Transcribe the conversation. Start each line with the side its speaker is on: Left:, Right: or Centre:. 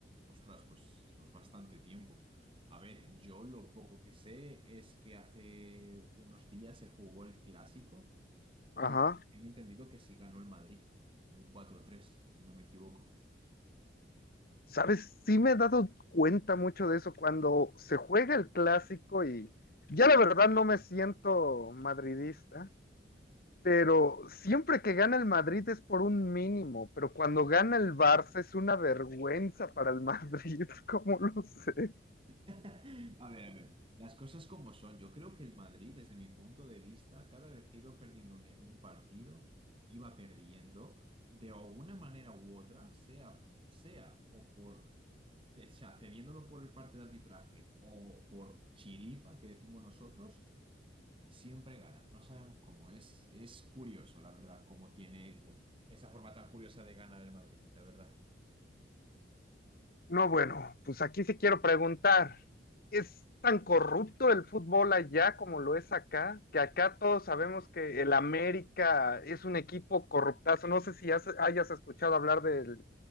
Right: Ostras, pues eso es bastante tiempo. A ver, yo lo poco que sé es que hace unos días se jugó el clásico y
Left: Ajá.
Right: he entendido que sí ganó el Madrid, un cuatro tres si no me equivoco.
Left: ¿Sabes? Sí me he dado cuenta mucho de eso cuando se juega el clásico y ya la verdad no me siento madridista, pero siempre que gana el Madrid es por un mínimo, pero cuando gana el Barça es una vergüenza para el Madrid, <laughs> ¿cómo lo sé?
Right: A ver, a ver, las cosas como son. Yo creo que el Madrid, desde mi punto de vista, cada vez que iba perdiendo un, un partido, iba perdiendo de alguna manera u otra, sea, sea o por, ce- sea, cediéndolo por el parte de arbitraje o por chiripa, que decimos nosotros, siempre gana. No sabemos cómo. Es, es curioso, la verdad, cómo tiene esa forma tan curiosa de ganar el Madrid, la verdad.
Left: No, bueno, pues aquí sí quiero preguntar, ¿es tan corrupto el fútbol allá como lo es acá? Que acá todos sabemos que el América es un equipo corruptazo. No sé si has- hayas escuchado hablar del,